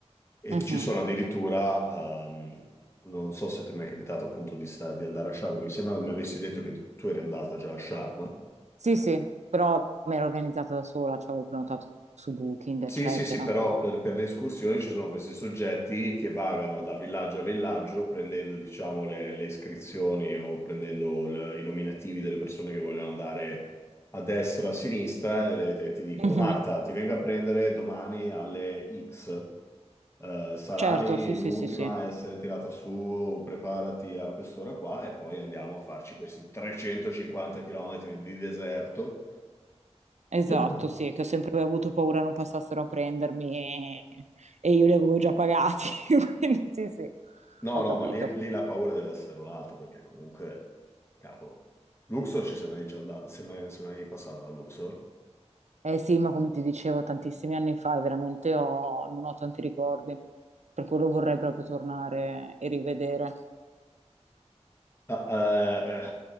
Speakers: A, on the left (about 20°); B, on the right (about 80°).
A: E
B: mhm.
A: ci sono addirittura, ehm, non so se ti è mai capitato appunto di, sta- di andare a Sharm, mi sembra mi avessi detto che tu eri andata già a Sharm.
B: Sì, sì, però mi ero organizzata da sola, cioè avevo prenotato su Booking,
A: Sì,
B: eccetera.
A: sì, sì, però per, per le escursioni ci sono questi soggetti che vagano da villaggio a villaggio prendendo, diciamo, le, le iscrizioni o prendendo l- i nominativi delle persone che vogliono andare a destra, a sinistra e te- ti dicono,
B: Mhm,
A: Marta, ti vengo a prendere domani alle X, Eh, sarai
B: Certo, sì, sì,
A: l'ultima
B: sì, sì,
A: a essere tirata su, preparati a quest'ora qua e poi andiamo a farci questi 350 chilometri di deserto.
B: esatto,
A: <clears throat>
B: sì, che ho sempre avuto paura non passassero a prendermi e, e io li avevo già pagati, <laughs> quindi sì, sì,
A: No,
B: ho
A: no,
B: capito.
A: ma lì, lì la paura deve essere un'altra, perché comunque, cavolo, Luxor ci siamo mai già andati, siamo mai, siamo mai passati a Luxor.
B: Eh sì, ma come ti dicevo tantissimi anni fa, veramente ho- non ho tanti ricordi, per quello vorrei proprio tornare e rivedere.
A: Ah, eh, eh,